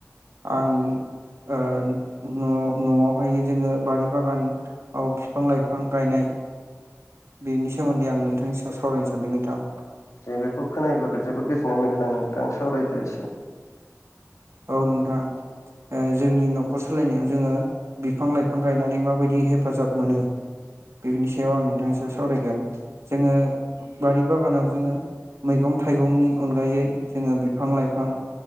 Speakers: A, on the right; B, on the left.
A: आं ओ न' न'आवहाय जोङो बारि बागान औ फिफां लाइफां गायनाय बेनि सोमोन्दै आं नोंथांनि सायाव सावरायनो सानदों नोंथां
B: जे बेखौ खोनायो बा गो जोबोद गोजोननाय मोनगोन आं नोंथां सावरायदो एसे
A: औ नोंथां ओ जोंनि न'खर सालायनायाव जोङो बिफां लाइफां गायनानै माबायदि हेफाजाब मोनो बेफोनि सायाव आं नोंथांनि सावरायगोन जोङो बारि बागानाव जोङो मैगं थाइगंनि अनगायै जोङो बिफां लाइफां